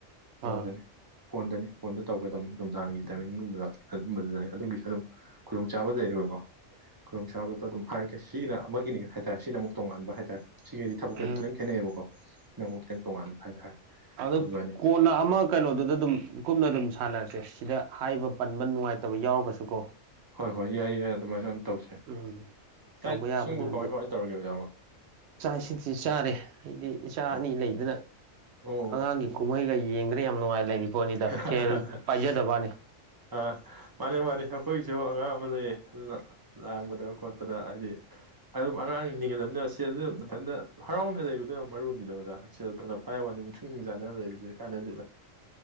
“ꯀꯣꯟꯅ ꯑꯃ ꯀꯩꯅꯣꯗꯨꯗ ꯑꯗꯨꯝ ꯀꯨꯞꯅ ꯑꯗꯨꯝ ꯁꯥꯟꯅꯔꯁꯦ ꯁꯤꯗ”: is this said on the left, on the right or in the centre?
Right